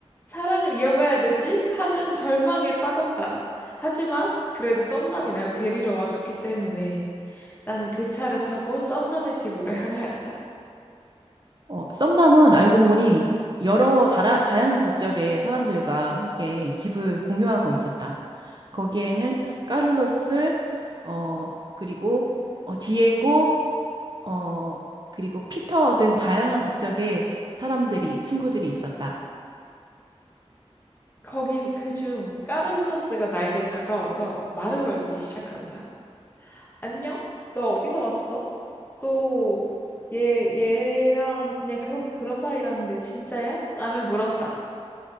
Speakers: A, on the left; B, on the right.
A: 사랑을 이어가야 되지? 하는 절망에 빠졌다. 하지만 그래도 썸남이 나를 데리러 와줬기 때문에 나는 그 차를 타고 썸남의 집으로 향하였다.
B: 어, 썸남은 알고 보니 여러 다라, 다양한 국적의 사람들과 함께 집을 공유하고 있었다. 거기에는 까를로스, 어, 그리고 어, 디에고, 어, 그리고 피터 등 다양한 국적의 사람들이, 친구들이 있었다.
A: 거기 그 중 까를로스가 나에게 다가와서 말을 걸기 시작한다. 안녕? 너 어디서 왔어? 또 얘, 얘랑 그냥 그렇고 그런 사이라는데 진짜야? 라며 물었다.